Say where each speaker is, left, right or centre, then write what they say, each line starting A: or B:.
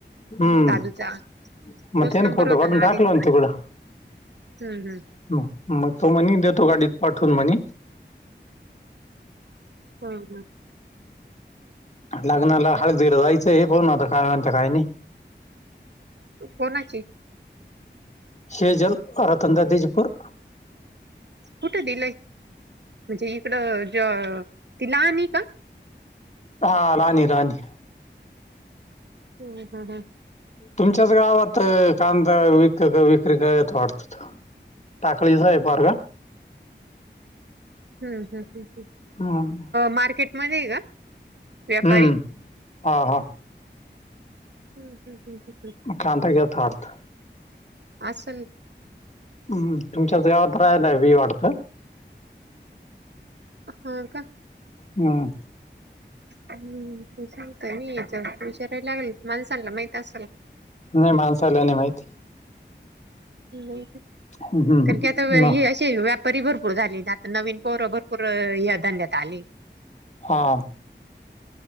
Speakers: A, on the left; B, on the right.
A: हम्म
B: दादूचा
A: मग
B: तोच
A: त्याने
B: नंबर
A: फोटो
B: होता
A: काढून
B: ना
A: टाकला
B: आदित
A: तिकडं
B: हम् हम
A: हम्म. मग तो म्हनी देतो गाडीत पाठवून म्हणे
B: हा हा
A: लग्नाला हळद दिलं जायचं हे पाण आता काय म्हणत काय नाही
B: त कोणाची
A: सेजल रतन दाजी ची पोर
B: कुठं दिलंय म्हणजे इकडं ज ति लहानी का
A: हा राणी राणी
B: हम् हम ह
A: तुमच्याच गावात कांदा विक विक्री करत वाटत टाकळीच आहे पोरगा
B: हम्म हम हम् ह
A: हम
B: मार्केटमध्ये आहे का व्यापारी
A: हम्म. हा हा
B: हम् ह् हम ह
A: कांठा ठेवतात
B: असल
A: हम्म तुमच्याच गावात राहालाय वी वाटतं
B: हा का
A: हम्
B: हम्म सांगतय म हशारायला लागल माणसाांला माहित असल
A: नाही माणसाला नाही माहिती
B: नाही
A: हम्म. हम्म.
B: कारण की आता हे असे व्यापारी भरपूर झाले द नवीन पोर भरपूर या धंद्यात आले
A: हां